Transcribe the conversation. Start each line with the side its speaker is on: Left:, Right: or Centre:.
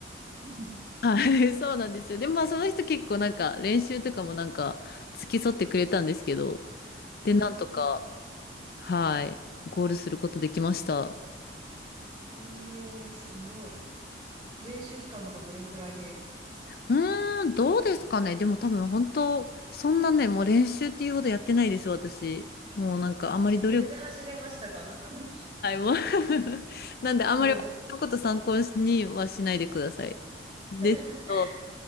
Right: <laughs>
Left: はい、<laughs> そうなんですよ。でもまあその人結構なんか練習とかもなんか付き添ってくれたんですけど、で、
Right: うん。
Left: なんとか、はい、ゴールすることできました。
Right: へえ、すごい。練習期間とかどれくらいで
Left: うーん、どうですかね。でも多分本当、そんなね、もう練習っていうほどやってないです、私。もうなんかあんまり努力。
Right: それで走れましたか <laughs>
Left: <laughs> なんであんまり私のこと参考にはしないでください。
Right: すごい。
Left: ですけど
Right: <laughs>